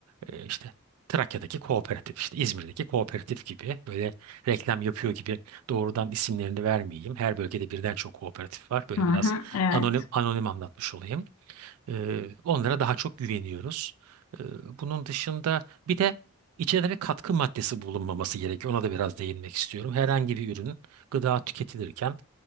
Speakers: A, on the right (about 85°); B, on the left (about 85°).
A: e, işte Trakya'daki kooperatif işte İzmir'deki kooperatif gibi böyle reklam yapıyor gibi doğrudan isimlerini vermeyeyim. Her bölgede birden çok kooperatif var. Böyle
B: Hı hı.
A: biraz
B: Evet.
A: anonim anonim anlatmış olayım. E, onlara daha çok güveniyoruz. E, bunun dışında bir de içinde bir katkı maddesi bulunmaması gerekiyor. Ona da biraz değinmek istiyorum. Herhangi bir ürün gıda tüketilirken